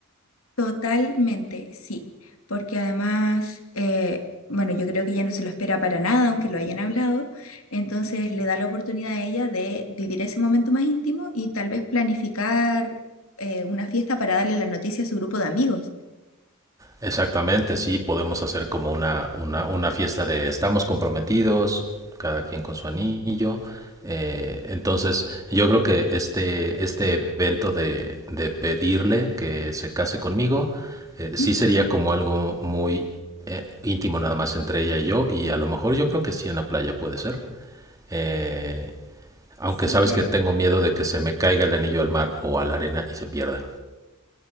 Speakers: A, on the left; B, on the right.
A: Totalmente, sí. Porque además, eh, bueno, yo creo que ella no se lo espera para nada, aunque lo hayan hablado. Entonces le da la oportunidad a ella de vivir ese momento más íntimo y tal vez planificar eh, una fiesta para darle la noticia a su grupo de amigos.
B: Exactamente, sí, podemos hacer como una, una, una fiesta de estamos comprometidos, cada quien con su anillo. Eh, entonces, yo creo que este, este evento de, de pedirle que se case conmigo, eh, sí
A: Ujú,
B: sería como algo muy eh, íntimo nada más entre ella y yo, y a lo mejor yo creo que sí en la playa puede ser. Eh, aunque
A: Súper.
B: sabes que tengo miedo de que se me caiga el anillo al mar o a la arena y se pierda.